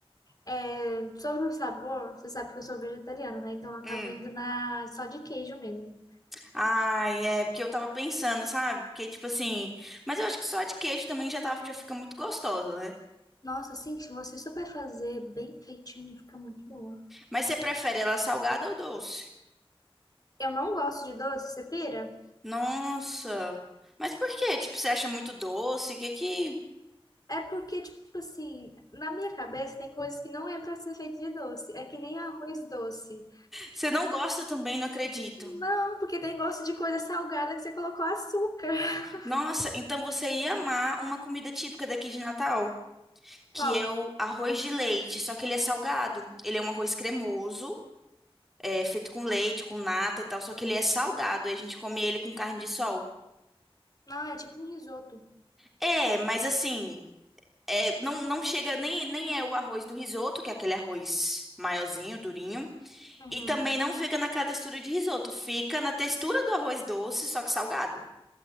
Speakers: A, on the left; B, in the centre.
A: É, sobre o sabor, você sabe que eu sou vegetariana, né? Então eu acabo
B: Hum.
A: indo na só de queijo mesmo.
B: Ai, é porque eu tava pensando, sabe? Porque, tipo assim, mas eu acho que só a de queijo também já, tá, já fica muito gostosa, né?
A: Nossa, assim, se você souber fazer bem feitinho, fica muito boa.
B: Mas você prefere ela salgada ou doce?
A: Eu não gosto de doce, você pira?
B: Nossa. Mas por quê? Tipo, você acha muito doce? Que que
A: É porque, tipo assim, na minha cabeça tem coisas que não é pra ser feito de doce. É que nem arroz doce.
B: você não gosta também, não acredito.
A: Não, porque tem gosto de coisa salgada que você colocou açúcar. <laughs>
B: Nossa, então você ia amar uma comida típica daqui de Natal, que
A: Qual?
B: é o arroz de leite, só que ele é salgado. Ele é um arroz cremoso, é feito com leite, com nata e tal, só que ele é salgado e a gente come ele com carne de sol.
A: Não, é tipo um risoto.
B: É, mas assim, é, não, não chega nem nem é o arroz do risoto, que é aquele arroz maiorzinho, durinho.
A: Uhum.
B: E também não fica naquela textura de risoto, fica na textura do arroz doce, só que salgado.